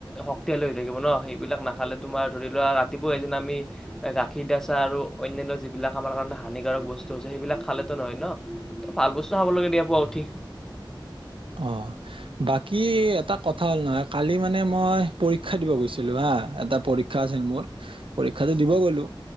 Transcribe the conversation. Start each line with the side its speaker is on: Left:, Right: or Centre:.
Centre: শক্তিশালী হৈ থাকিব ন, সেইবিলাক নাখালে তোমাৰ ধৰি লোৱা ৰাতিপুৱা এদিন আমি এ গাখীৰ দিয়া চাহ আৰু অন্যান্য যিবিলাক আমাৰ কাৰণে হানিকাৰক বস্তু আছে সেইবিলাক খালেতো নহয় ন তো ভাল বস্তু খাব লাগে দিয়া পুৱা উঠি।
Right: অহ বাকী এটা কথা হ'ল নহয়, কালি মানে মই পৰীক্ষা দিব গৈছো। ছিলো হা এটা পৰীক্ষা আছিল মোৰ, পৰীক্ষাটো দিব গলো।